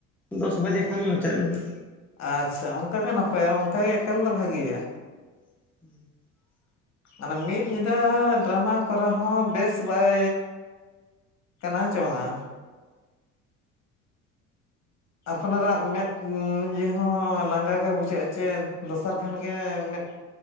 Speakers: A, in the centre; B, on the left (about 40°).
A: ᱫᱚᱥ ᱵᱟᱡᱮ ᱠᱷᱟᱱ ᱢᱩᱪᱟᱹᱫ ᱞᱮᱱᱟ
B: ᱟᱪᱪᱷᱟ ᱚᱱᱠᱟ ᱜᱮ ᱱᱟᱯᱟᱭᱟ ᱚᱱᱠᱟ ᱜᱮ ᱮᱠᱟᱞ ᱫᱚ ᱵᱷᱟᱜᱮᱭᱟ
A: <inaudible>
B: ᱢᱟᱱᱮ ᱢᱤᱫ ᱧᱤᱫᱟᱹ ᱰᱨᱟᱢᱟ ᱠᱚᱨᱟᱣ ᱦᱚᱸ ᱵᱮᱥ ᱵᱟᱭ ᱠᱟᱱᱟ ᱥᱮ ᱵᱟᱝᱟ ᱟᱯᱱᱟᱨᱟᱜ ᱢᱮᱫ ᱤᱭᱟᱹ ᱦᱚᱸ ᱞᱟᱸᱜᱟ ᱜᱮ ᱵᱩᱡᱷᱟᱹᱜᱼᱟ ᱪᱮ ᱫᱚᱥᱟᱨ ᱠᱷᱟᱱᱜ ᱜᱮ ᱢᱮᱫ